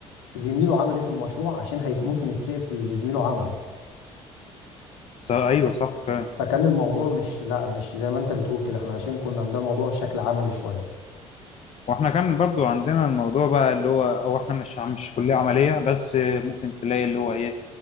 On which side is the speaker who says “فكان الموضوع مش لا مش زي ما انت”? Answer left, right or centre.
Left